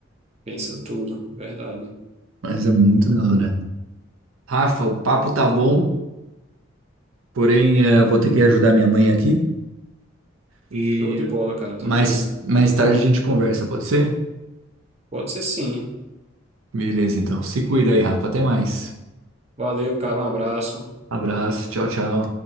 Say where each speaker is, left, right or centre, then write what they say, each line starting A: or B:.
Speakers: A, on the right; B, on the right.
A: Pensa tudo, verdade.
B: Mas é muito da hora. Rafa, o papo tá bom, porém eh, eu vou ter que ajudar minha mãe aqui e
A: Show de bola, cara, tranquilo.
B: mais, mais tarde a gente conversa, pode ser?
A: Pode ser sim.
B: Beleza, então. Se cuida aí, Rafa. Até mais.
A: Valeu, cara, um abraço.
B: Abraço, tchau, tchau.